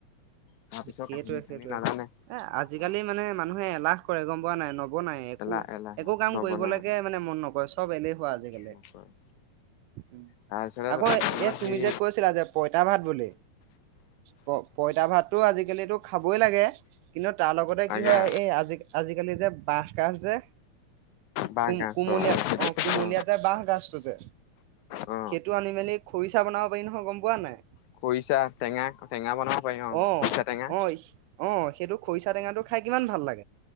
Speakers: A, on the left; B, on the right.
A: তাৰ পিছৰ
B: সেইটোৱে
A: কাহিনী খানি
B: সেইটোৱে।
A: নাজানে
B: এ আজি-কালি
A: অ
B: মানে মানুহে এলাহ কৰে গম পোৱা নে নাই নবনা ন একো
A: এলাহ এলাহ
B: একো কাম
A: নবনাই
B: কৰিবলৈকে মানে মন নকৰে চব এলেই হুৱা আজিকালি
A: নকৰে
B: উ
A: তাৰপিছতে
B: আকৌ
A: তোমাৰ
B: এ তুমি
A: সেই
B: যে কৈছিলা যে পঁইতা ভাত বুলি প পইতা ভাততটো আজিকালিতো খাবই লাগে কিন্তু তাৰ লগতে
A: বাগা
B: কি হয় এই আজি আজিকালি যে বাঁহ কাজ যে
A: বাঁহগাজ
B: কম কোমলীয়া
A: চব সেইটো
B: অ'
A: কৈছো
B: কুমলীয়া যে বাহ গাজটো যে
A: অ
B: সেইটো আনি মেলি খৰিচা বনাব পাৰি নহয় গম পোৱা নাই?
A: খৰিচা টেঙা টেঙা বনাব পাৰি
B: অ আহ
A: খৰিচা টেঙা
B: অ সেইটো খৰিচা টেঙাটো খাই কিমান ভাল লাগে